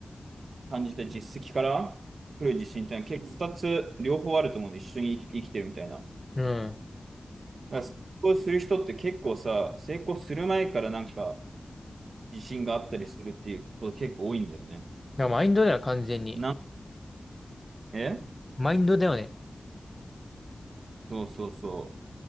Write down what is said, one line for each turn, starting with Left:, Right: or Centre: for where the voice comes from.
Right: 感じた実績から来る自信っていうのは結構二つ両方あると思うんで、一緒に生き生きてるみたいな。だか
Left: うん。だか
Right: ら成功する人って結構さ、成功する前からなんか自信があったりするっていうこと結構多いんだよね。
Left: らマインドだよ、完全に。
Right: なん、え
Left: マインドだよね。
Right: そうそうそう。